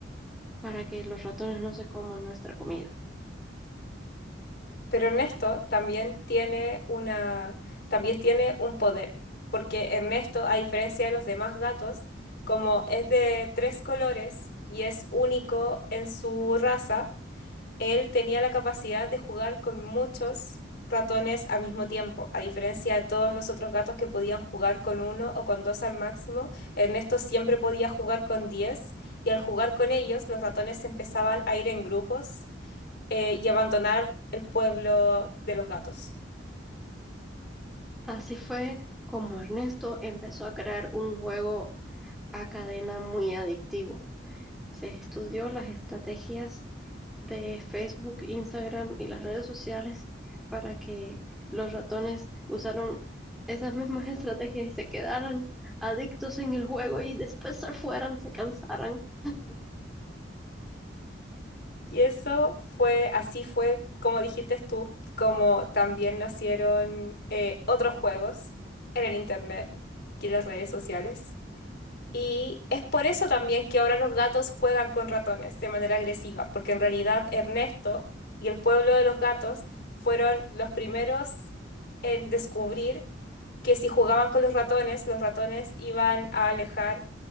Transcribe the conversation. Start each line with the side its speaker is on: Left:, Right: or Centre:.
Centre: para que los ratones no se coman nuestra comida?
Left: Pero Ernesto también tiene una, también tiene un poder, porque Ernesto, a diferencia de los demás gatos, como es de tres colores y es único en su raza, él tenía la capacidad de jugar con muchos ratones al mismo tiempo. A diferencia de todos los otros gatos que podían jugar con uno o con dos al máximo, Ernesto siempre podía jugar con diez y al jugar con ellos, los ratones empezaban a ir en grupos eh, y abandonar el pueblo de los gatos.
Centre: Así fue como Ernesto empezó a crear un juego a cadena muy adictivo. Se estudió las estrategias de Facebook, Instagram y las redes sociales para que los ratones usaron esas mismas <laughs> estrategias y se quedaran adictos en el juego y después se fueran, se cansaran. <laughs>
Left: Y eso fue, así fue, como dijiste tú, como también nacieron eh, otros juegos en el internet y en las redes sociales. Y es por eso también que ahora los gatos juegan con ratones de manera agresiva, porque en realidad Ernesto y el pueblo de los gatos fueron los primeros en descubrir que si jugaban con los ratones, los ratones iban a alejar,